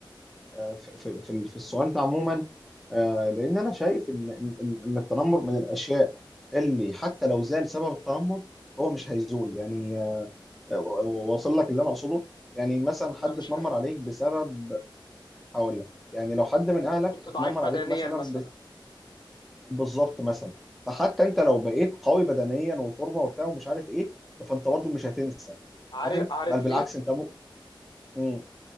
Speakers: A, in the centre; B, on the left (about 60°).
A: آه في في في في السؤال ده عموما آه لان انا شايف ان ان ان إن التنمر من الاشياء اللي حتى لو زال سبب التنمر هو مش هيزول يعني آه، و- و- واصل لك اللي انا اقصده يعني مثلا حد
B: لا مش
A: اتنمر
B: فاهم
A: عليك بسبب هقول لك يعني لو حد من اهلك
B: انت كنت
A: اتنمر
B: ضعيف بدنيا
A: عليك مثلا
B: مثلا
A: ب- بالظبط مثلا فحتى انت لو بقيت قوي بدنيا وفورمه وبتاع ومش عارف ايه فانت برضو مش هتنسى
B: عارف
A: فاهم
B: عارف
A: بل بالعكس
B: ليه
A: انت م... مم.